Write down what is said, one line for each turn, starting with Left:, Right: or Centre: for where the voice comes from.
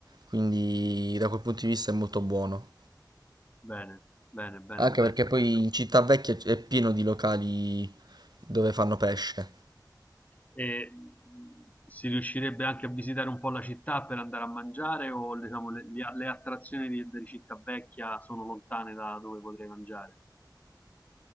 Right: quindi da quel punto di vista è molto buono.
Left: bene, bene, bene,
Right: Anche
Left: bene.
Right: perché poi in Città Vecchia è pieno di locali dove fanno pesce.
Left: E mh, si riuscirebbe anche a visitare un po' la città per andare a mangiare o diciamo, le, le- a- le attrazioni di, di Città Vecchia sono lontane da dove potrei mangiare?